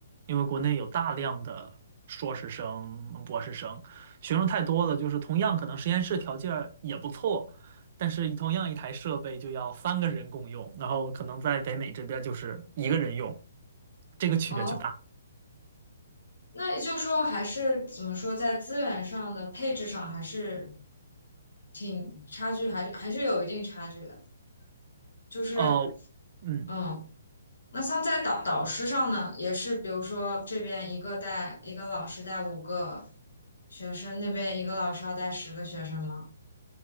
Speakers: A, on the right (about 45°); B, on the left (about 65°).
A: 因为国内有大量的硕士生、博士生，学生太多了，就是同样可能实验室条件儿也不错。但是同样一台设备就要三个人共用，然后可能在北美这边就是一个人用，这个区别就大。
B: 哦，那也就是说还是怎么说，在资源上的配置上还是挺差距，还是还是有一定差距的。就是
A: 哦、嗯
B: 嗯，那像在导导师上呢，也是比如说这边一个带一个老师带五个学生，那边一个老师要带十个学生吗？